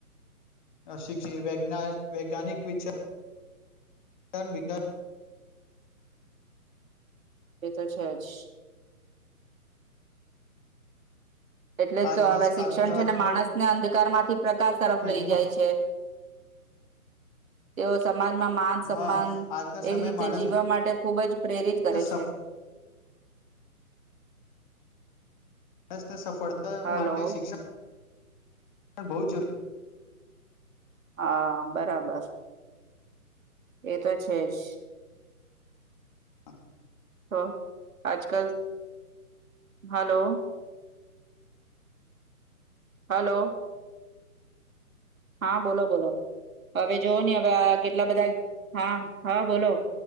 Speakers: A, on the left (about 30°); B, on the right (about 60°).
A: અ શિકષ્ વૈજ્ઞાનિક વિ વિકાસ
B: એ તો છે જ એટલે
A: આજના
B: તો હવે
A: સ્પર્ધાત્મક
B: શિક્ષણ છે ને માણસ ને અંધકારમાંથી પ્રકાશ તરફ
A: યુગમાં
B: લઇ જાય છે. તેઓ સમાજમાં માન સમાન
A: હા આજના
B: એવી
A: સમયે
B: રીતે
A: માણસ
B: જીવવા માટે ખૂબ જ પ્રેરિત કરે
A: માણસને
B: છે.
A: સફળતા
B: હલો
A: માટે શિક્ષણ બહુ જરૂરી
B: હા બરાબર એ તો છે જ
A: જરૂરી
B: તો આજ કલ હાલો હલો હા બોલો બોલો હવે જોવો ને હવે આ કેટલા બધા હા હા બોલો